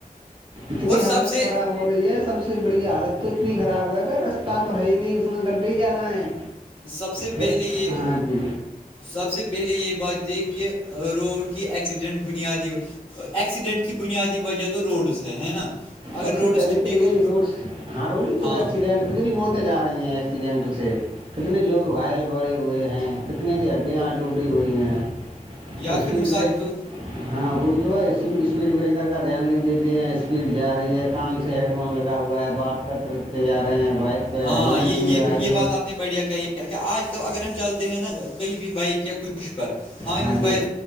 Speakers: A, on the right; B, on the left.
A: اتنی
B: اور سب
A: حالت
B: سے
A: خراب ہو رہی ہے سب سے اس سے بڑی حالت تو اتنی خراب ہے کہ رستہ تو ہے ہی نہیں اس میں گڈی زیادہ ہیں
B: سب سے پہلے
A: گ
B: یہ
A: ہاں جی
B: سب سے پہلے یہ بات تھی کہ روڈ کی ایکسیڈنٹ بنیادی ایکسیڈنٹ کی بنیادی وجہ تو روڈس ہے نا
A: سب
B: اگر روڈز
A: سے پہلے
B: ٹھیک
A: تو یہی
B: ہو
A: روڈ ہاں روڈی
B: ہاں
A: تو ایکسیڈنٹ کت نہیں موت جا رہی ہیں ایکسیڈنٹ سے کتنے لوگ گھائل پڑھے ہوئے ہیں کتنے کی اڈیا آ ٹوٹی ہوئی ہیں
B: یا
A: اسپیڈ
B: پھر مثال
A: بریک
B: ہی تو
A: ہاں وہی تو اسپیڈ بریکر کا دھیان نہیں دیتے ہیں اسپیڈ جا رہی ہے کان سے ہیڈ فون لگا ہوا ہے بات کرتے رکھتے جا رہے ہیں بائک پہ
B: ہاں
A: ہیلمٹ
B: یہ
A: بھی نہیں
B: یہ
A: لگائیں
B: یہ
A: گے
B: بات آپ بڑھیا کہیں کیا آج کل اگر ہم چلتے ہیں نا کہیں بھی بائک یا کچھ مش پر ہمیں
A: ہاں
B: موبائل
A: جی